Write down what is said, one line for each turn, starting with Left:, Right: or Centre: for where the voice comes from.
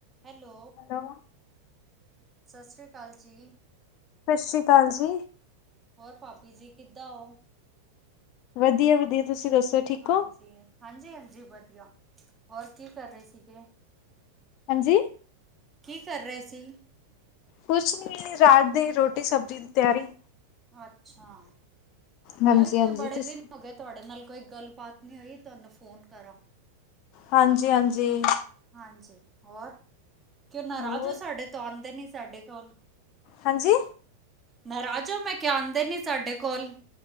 Right: Hello.
Left: Hello.
Right: ਸਤਿ ਸ਼੍ਰੀ ਅਕਾਲ ਜੀ।
Left: ਸਤਿ ਸ਼੍ਰੀ ਅਕਾਲ ਜੀ।
Right: ਹੋਰ ਭਾਬੀ ਜੀ ਕਿੱਦਾਂ ਓ?
Left: ਵਧੀਆ-ਵਧੀਆ, ਤੁਸੀਂ ਦੱਸੋ? ਠੀਕ
Right: ਹਾਂਜੀ-ਹਾਂਜੀ-ਹਾਂਜੀ,
Left: ਹੋ?
Right: ਵਧੀਆ ਹੋਰ ਕੀ ਕਰ ਰਹੇ ਸੀ ਗੇ।
Left: ਹਾਂਜੀ।
Right: ਕੀ ਕਰ ਰਹੇ ਸੀ?
Left: ਕੁਛ ਨੀ ਰਾਤ ਦੇ ਰੋਟੀ ਸਬਜ਼ੀ ਦੀ ਤਿਆਰੀ
Right: ਅੱਛਾ,
Left: ਹਾਂਜੀ
Right: ਮੈਂ ਕਿਆ
Left: ਹਾਂਜੀ
Right: ਬੜੇ
Left: ਤੁਸੀਂ
Right: ਦਿਨ ਹੋਗੇ ਤੁਹਾਡੇ ਨਾਲ ਕੋਈ ਗੱਲਬਾਤ ਨਹੀਂ ਹੋਈ, ਤੁਹਾਨੂੰ ਫੋਨ ਕਰਾਂ
Left: ਹਾਂਜੀ, ਹਾਂਜੀ
Right: ਹਾਂਜੀ, ਹੋਰ ਕਿਉਂ ਨਾਰਾਜ
Left: ਹੋਰ
Right: ਉ ਸਾਡੇ ਤੋਂ ਆਉਂਦੇ ਨੀ ਸਾਡੇ ਕੋਲ
Left: ਹਾਂਜੀ
Right: ਨਰਾਜ ੳ ਮੈਂ ਕਿਹਾ, ਆਂਦੇ ਨਹੀਂ ਸਾਡੇ ਕੋਲ